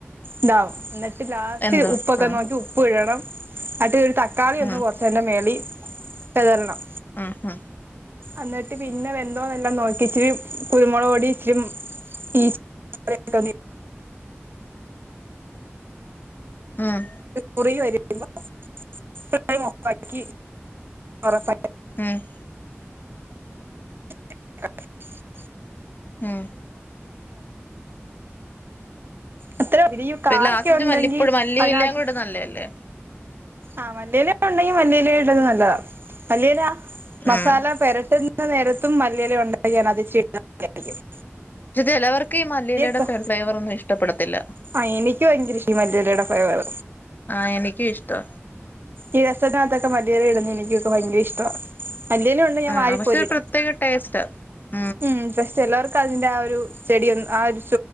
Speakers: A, on the right; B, on the left.
A: ഇതാവും എന്നിട്ട് ലാസ്റ്റ്
B: എന്തോ
A: ഉപ്പൊക്കെ
B: ആഹ്
A: നോക്കി ഉപ്പ് ഇടണം അറ്റ് ഒരു തക്കാളി ഒന്ന്
B: ഉം
A: കൊറച്ചണം മേളി വിതറണം
B: അഹ് അഹ്
A: എന്നിട്ട് പിന്നെ വെന്തോന്നല്ലാം നോ ഇച്ചിരി കുരുമുളക് പൊടി ഇച്ചരി ഈ <unintelligible>
B: ഉം
A: കുറി വരുമ്പോ ഫുൾടൈം ഓഫാക്കി ഉറപ്പാലെ
B: ഏഹ്
A: <unintelligible> <inaudible>
B: ഉം
A: അത്രഉ ഇ <unintelligible> കാലൊക്കെ
B: പിന്നെ ലാസ്റ്റില്
A: ഉണ്ടെങ്കി
B: മല്ലിപ്പൊടി മല്ലിയിലയും
A: അതിനത്ത്
B: കൂടെ നല്ലയല്ലേ
A: ആ മല്ലിയില ഉണ്ടെങ്കിൽ മല്ലിയില ഇടുന്നത് നല്ലതാ മല്ലിയില മസാല
B: ഉം
A: പരട്ട എ നേരത്തും മല്ലിയില ഉണ്ടാക്കിയാൻ അത് <unintelligible>
B: പക്ഷെ ചിലവർക്ക് ഈ മല്ലീലയുടെ
A: ക-
B: ഫെ ഫ്ലേവർ ഒന്നും ഇഷ്ടപ്പെടത്തില്ല
A: ആ എനിക്ക് ഭയങ്കരഷി ഈ മല്ലിഇലയുടെ ഫ്‌ളേവർ
B: ആ എനിക്ക ഇഷ്ടാ
A: ഈ രസത്തിനാത്തൊക്കെ മല്ലി ഇല ഇടന്ന് എനിക്കൊക്കെ ഭയങ്കര ഇഷ്ടവാ മല്ലിയിലണ്ടെ ഞാൻ
B: ആഹ്
A: വാരിക്കോരിടും
B: പക്ഷെ ഒരു പ്രത്യേക <unintelligible>
A: ഉം പക്ഷെ എല്ലാവർക്കും അതിന്റെ ആ ഒരു ചെടിയ ഒന്ന് ആ ഒരു